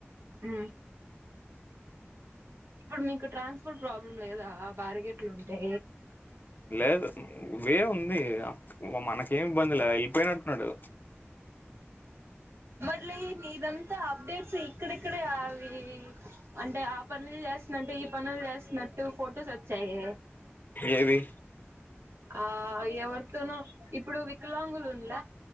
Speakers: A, on the right (about 65°); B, on the left (about 45°).
A: ఊ ఇప్పుడు మీకు ట్రాన్స్పోర్ట్ ప్రాబ్లం లేదా బారగెట్లు ఉంటే
B: లేదు వే ఉంది ఓ మనకేమి ఇబ్బంది లే వెళ్ళిపోయినటున్నాడు
A: మల నిదంత అప్డేట్స్ ఇక్కడ ఇక్కడే అవి అంటే ఆప్ పనులు చేస్తున్నట్టు ఈ పనులు చేస్తున్నట్టు ఫొటోస్ వచ్చాయి
B: ఏది
A: ఆ ఎవరితోనూ ఇప్పుడు వికలాంగులు ఉండ